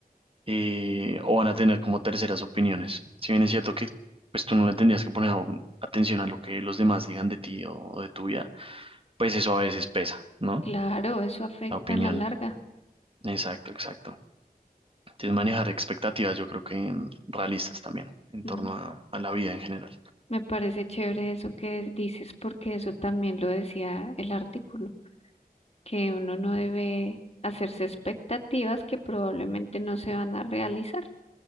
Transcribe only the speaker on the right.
eh, o van a tener como terceras opiniones. Si bien es cierto que pues tú no le tendrías que poner atención a lo que los demás digan de ti o o de tu vida, pues eso a veces pesa, ¿no?
La opinión.
Exacto, exacto. Sí, es manejar expectativas, yo creo que mm, realistas también, en torno
a, a la vida en general.